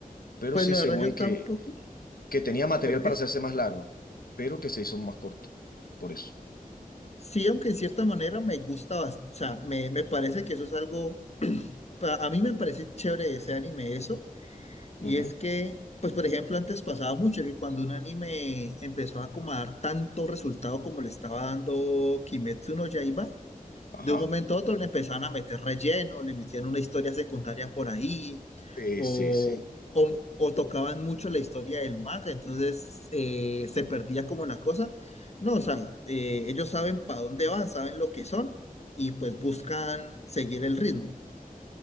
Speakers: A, on the left; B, on the left.
A: Pero
B: pues
A: sí,
B: la
A: según
B: verdad yo
A: y
B: tampoco.
A: que, que tenía material
B: ¿Pero qué?
A: para hacerse más largo, pero que se hizo más corto, por eso.
B: Sí, aunque en cierta manera me gusta bastante. O sea, me, me parece que eso es algo. pa- A mí me parece chévere de ese anime eso. Y
A: Ujú,
B: es que, pues por ejemplo, antes pasaba mucho que cuando un anime empezó a como a dar tanto resultado como le estaba dando Kimetsu no Yaiba
A: Ajá.
B: de un momento a otro le empezaban a meter relleno, le metían una historia secundaria por ahí,
A: Sí,
B: o,
A: sí, sí.
B: o, o tocaban mucho la historia del manga, entonces eh, se perdía como la cosa. No, o sea, eh, ellos saben para dónde van, saben lo que son, y pues buscan seguir el ritmo.